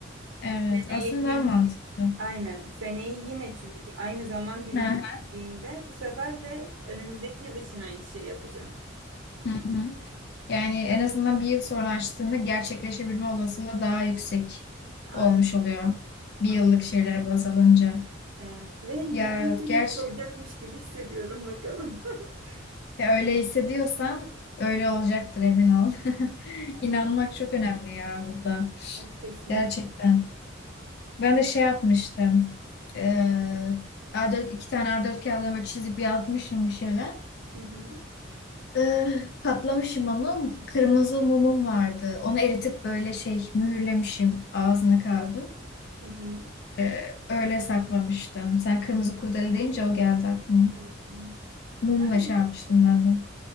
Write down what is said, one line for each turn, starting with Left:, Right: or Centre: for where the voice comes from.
Left: Evet,
Right: Seneye
Left: aslında
Right: yine
Left: daha mantıklı.
Right: aynen seneyi yine çünkü aynı zaman dilimi
Left: Hı hı.
Right: istediğinde bu sefer de önümüzdeki yıl için aynı şeyi yapacağım.
Left: Hı hı. Yani en azından bir yıl sonra açtığında gerçekleşebilme olasılığı daha yüksek
Right: Aynen.
Left: olmuş oluyor. Bir
Right: Ah,
Left: yıllık şeylere baz alınca.
Right: Evet ve niyeyse
Left: Ya gerçi
Right: hepsi olacakmış gibi hissediyorum bakalım. <laughs>
Left: Ya öyle hissediyorsan öyle olacaktır emin ol. <laughs>
Right: Aynen.
Left: İnanmak çok önemli ya burada.
Right: Ay, kesinlikle.
Left: Gerçekten. Ben de şey yapmıştım. Ee, A4, iki tane A4 kağıdına böyle çizip yazmışım bir şeyler.
Right: Hı hı.
Left: Ee, katlamışım onu. Kırmızı mumum vardı. Onu eritip böyle şey mühürlemişim ağzına kağıdı.
Right: Hı hı.
Left: Ee, öyle saklamıştım. Sen kırmızı kurdele deyince o geldi aklıma.
Right: Hmm.
Left: Mumla
Right: Ben
Left: şey
Right: de
Left: yapmıştım ben de.